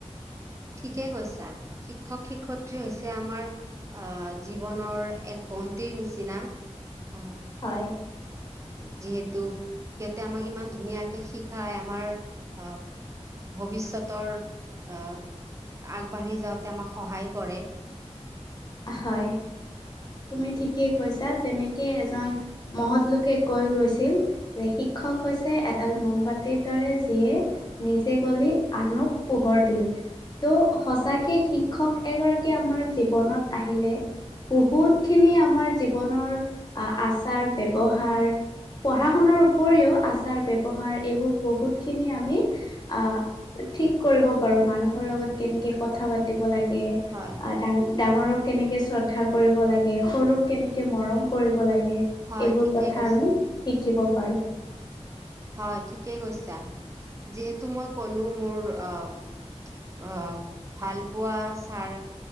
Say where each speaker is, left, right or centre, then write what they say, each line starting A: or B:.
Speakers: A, on the right; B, on the left.
A: ঠিকে কৈছা শিক্ষক শিক্ষয়িত্ৰী হৈছে আমাৰ আহ জীৱনৰ এক বন্তিৰ নিচিনা। আহ
B: হয়।
A: যিহেতু সিহঁতে আমাক ইমান ধুনীয়াকে শিকাই আমাৰ আহ ভৱিষ্যতৰ আহ আগবাঢ়ি যাওঁতে আমাক সহায় কৰে।
B: হয়। তুমি ঠিকেই কৈছা যেনেকে এজন মহৎ লোকে কৈ গৈছিল যে শিক্ষক হৈছে এডাল মমবতিৰ দৰে যিয়ে নিজে গল আনক পোহৰ দিয়ে। ত' সঁচাকে শিক্ষক এগৰাকী আমাৰ জীৱনত আহিলে বহুত ুত খিনি আমাৰ জীৱনৰ আচাৰ ব্ৱহাৰ পঢ়া শুনাৰ উপৰিও আচাৰ ব্ৱহাৰ এইবোৰ বহুত খিনি আমি আহ ঠিক কৰিব পাৰো মানুহৰ লগত কেনেকে কথা পাতিব লাগে।
A: হয়
B: ডা ডাঙৰক কেনেকে শ্ৰদ্ধা কৰিব লাগে সৰুক কেনেকে মৰম কৰিব লাগে।
A: হয়
B: এইবোৰ
A: ঠিকে
B: কথা
A: কৈছা
B: আমি শ শিকিব পাৰোঁ।
A: হয় ঠিকেই কৈছা। যিহেতু মই কলো মোৰ আহ-আহ ভাল পোৱা ছাৰ